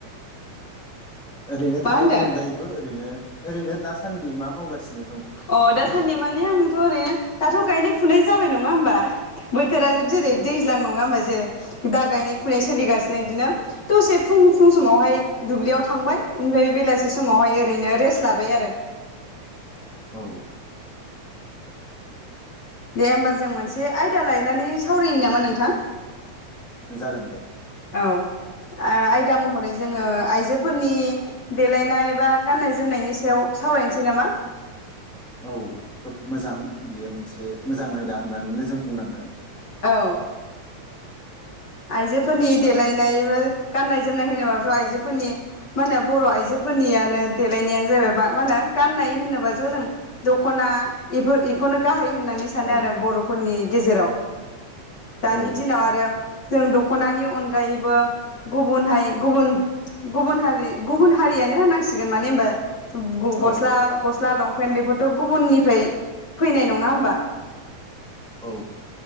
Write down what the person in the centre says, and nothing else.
ओरैनो
थानायनि
अनगायैबो ओरैनो ओरैनो दासान्दि मा मावगासिनो दङ
औ
औ
औ
जागोन दे।
औ खोब मोजां बेयो मोनसे मोजां आयदा होननानै जों बुंनांगोन।
दा
औ
औ
औ
औ